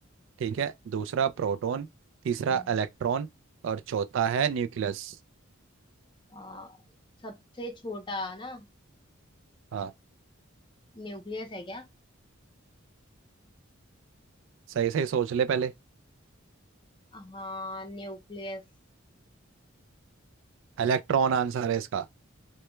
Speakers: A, on the right; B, on the left.
A: ठीक है दूसरा प्रोटॉन तीसरा
B: हम्म।
A: इलेक्ट्रॉन और चौथा है न्यूक्लियस
B: आ, सबसे छोटा ना
A: हाँ
B: न्यूक्लियस है क्या
A: सही सही सोच ले पहले
B: हाँ न्यूक्लियस
A: इलेक्ट्रॉन आंसर है इसका